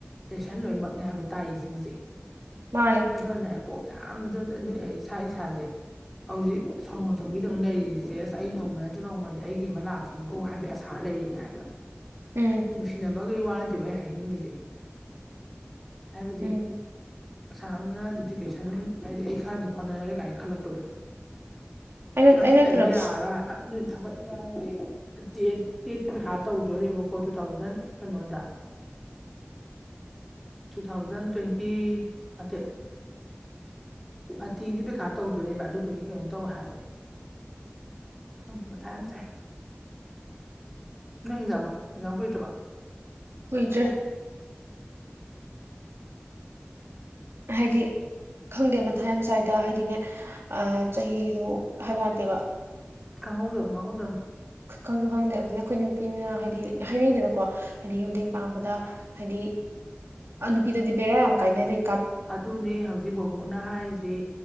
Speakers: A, in the centre; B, on the right.
A: ꯂꯦꯁꯟ ꯂꯣꯏꯅꯃꯛꯅꯦ ꯍꯥꯏꯕ ꯇꯥꯛꯏꯁꯤꯡꯁꯦ꯫
B: ꯃꯥꯟꯅꯦ꯫
A: ꯑꯗꯨꯅꯅꯦ ꯀꯣꯛ ꯌꯥꯝ ꯑꯗꯨ ꯑꯩ ꯏꯁꯥ ꯏꯁꯥꯁꯦ ꯍꯧꯖꯤꯛ ꯁꯣꯅꯣ ꯊꯨꯡꯕꯤꯗꯧꯅ ꯂꯩꯔꯤꯁꯦ ꯑꯁ ꯑꯩ ꯅꯣꯡꯃ ꯅꯠꯇ꯭ꯔꯒ ꯅꯣꯡꯃꯗꯤ ꯑꯩꯒꯤ ꯑꯃ ꯂꯥꯛꯈꯤ ꯅꯤꯀꯣ ꯍꯥꯏꯕꯒꯤ ꯑꯁꯥꯅ ꯂꯩꯔꯤꯅꯦ ꯍꯥꯏꯕ꯫
B: ꯎꯝ
A: ꯅꯨꯡꯁꯤꯅꯕꯈꯒꯤꯋꯥ ꯅꯠꯇꯦꯣ ꯑꯩ ꯍꯥꯏꯅꯤꯡꯉꯤꯁꯦ ꯍꯥꯏꯕꯗꯤ
B: ꯎꯝ
A: ꯑꯁꯥꯝꯅ ꯗꯗꯤꯗꯤꯀꯦꯁꯟ ꯍꯥꯏꯗꯤ ꯑꯩ ꯈꯔꯗꯤ ꯍꯣꯠꯅꯔꯒꯦ ꯀꯥꯏꯅ ꯈꯜꯂꯛꯄꯗꯣ <unintelligible>
B: ꯑꯩꯅ ꯑꯩꯅ ꯀꯩꯅꯣ
A: ꯌꯥꯔꯔꯣꯏ ꯍꯥꯏꯕ꯫ ꯑꯗꯨꯅ ꯊꯕꯛ ꯏꯟꯒꯥꯡꯒꯤ ꯇꯦ ꯇꯦꯠꯀꯤ ꯄꯩꯈꯥ ꯇꯧꯗꯣꯏꯔꯦꯕ ꯑꯣ ꯇꯨ ꯊꯥꯎꯖꯟ ꯀꯩꯅꯣꯗ ꯇꯨ ꯊꯥꯎꯖꯟ ꯇ꯭ꯋꯦꯟꯇꯤ ꯅꯠꯇꯦ ꯑꯇꯤꯗꯤ ꯄꯩꯈꯥ ꯇꯧꯗꯣꯔꯦꯕ ꯑꯗꯨꯗꯨꯒꯤ ꯀꯩꯅꯣ ꯇꯧ ꯍꯥꯏꯕ ꯈꯪꯗꯦ ꯃꯊꯥ ꯌꯥꯝ ꯁꯥꯏ ꯅꯣꯏ ꯑꯦꯛꯖꯥꯝ ꯑꯦꯛꯖꯥꯝ ꯀꯨꯏꯗꯔꯕꯣ꯫
B: ꯀꯨꯏꯗ꯭ꯔꯦ ꯍꯥꯏꯗꯤ ꯈꯪꯗꯦ ꯃꯊꯥꯏꯝ ꯁ꯭ꯋꯥꯏꯗ ꯍꯥꯏꯗꯤꯅꯦ ꯆꯍꯤꯗꯨꯣ ꯍꯥꯏꯕ ꯋꯥꯅꯠꯇꯦꯕ
A: ꯈꯡꯍꯧꯗꯃꯤ ꯈꯪꯍꯧꯗꯃꯤ꯫
B: ꯈꯪꯁꯨ ꯈꯪꯗꯦ ꯑꯗꯨꯅ ꯑꯩꯈꯣꯏ ꯅꯨꯄꯤꯅ ꯍꯥꯏꯗꯤ ꯍꯥꯏꯅꯩꯗꯅꯀꯣ ꯍꯥꯏꯗꯤ ꯌꯨꯝ ꯊꯦꯡ ꯄꯥꯟꯕꯗ ꯍꯥꯏꯗꯤ ꯅꯨꯄꯤꯗꯗꯤ ꯕꯦꯔꯥ ꯌꯥꯝ ꯀꯥꯏꯅꯔꯤ꯫
A: ꯑꯗꯨꯅꯦ ꯍꯧꯖꯤꯛ ꯕꯕꯣꯛꯅ ꯍꯥꯏꯔꯤꯖꯦ꯫